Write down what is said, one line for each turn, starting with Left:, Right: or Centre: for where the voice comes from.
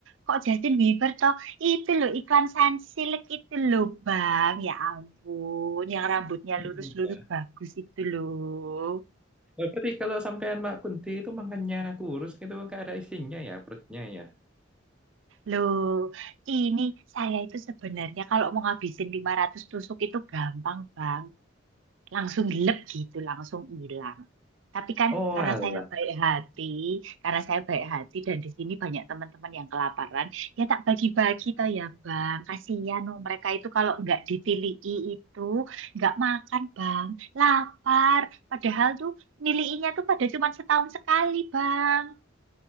Right: Kok Justin Bieber toh? Itu loh, iklan Sunsilk itu loh, Bang. Ya ampun, yang rambutnya
Centre: Iya.
Right: lurus-lurus bagus itu loh.
Centre: Nah, Berarti kalau sampean Mbak Kunti itu makannya kurus itu nggak ada isinya ya perutnya ya.
Right: Loh, ini saya itu sebenarnya kalau mau ngabisin 500 tusuk itu gampang, Bang. langsung gelap gitu, langsung hilang. Tapi kan
Centre: Oh
Right: karena
Centre: alah.
Right: saya baik hati, karena saya baik hati dan di sini banyak teman-teman yang kelaparan, ya tak bagi-bagi toh ya Bang. Kasihan loh mereka itu kalau nggak ditilii itu nggak makan Bang, lapar. Padahal tuh niliinya tuh pada cuma setahun sekali Bang.